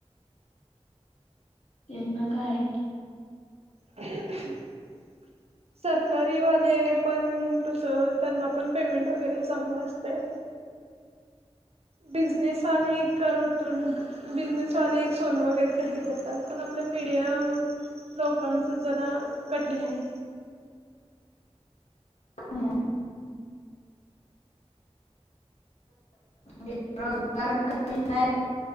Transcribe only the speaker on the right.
<unintelligible> सरकारी वाले आहे पण कसं त्यांना पण पेमेंट वगैरे चांगलं असतंय. बिझनेस आणि करत बिझनेसवाले एक सोनं वगैरे खरेदी करतात पण आपलं मिडियम लोकांचं जरा कठीण आहे.